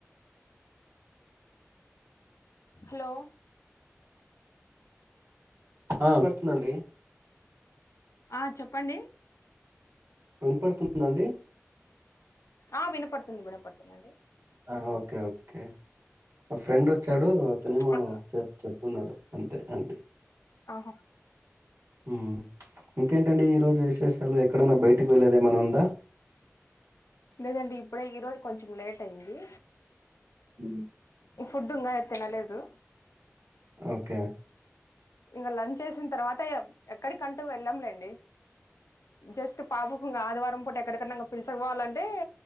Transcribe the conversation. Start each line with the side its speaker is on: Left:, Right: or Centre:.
Left: హలో
Right: ఆ వినపడుతుందండి
Left: ఆ చెప్పండి
Right: వినపడుతుందఅండి
Left: ఆ వినపడుతుంది వినపడుతుందిండి
Right: ఆ ఓకే ఓకే ఆ ఫ్రెండ్ వచ్చాడు అతనేమో
Left: అక్క
Right: చె చెప్తున్నాడు అంతే అండి
Left: ఆహో
Right: హూ ఇంకేంటండి ఈ రోజు విశేషాలు ఎక్కడన్నా బయటికి వెళ్లేదేమన్న ఉందా
Left: లేదండి ఇప్పుడే ఈరోజు కొంచెం లేట్ అయింది
Right: ఊహు
Left: ఈ ఫుడ్ ఉంగా తినలేదు
Right: ఓకే
Left: ఇంక లంచ్ వేసిన తర్వాత ఎక్కడికంటూ వెళ్ళాంలేండి జస్టు పాపకుంగ ఆదివారం పూట ఎక్కడికన్నా ఇంగ పిలుచకుపోవాలంటే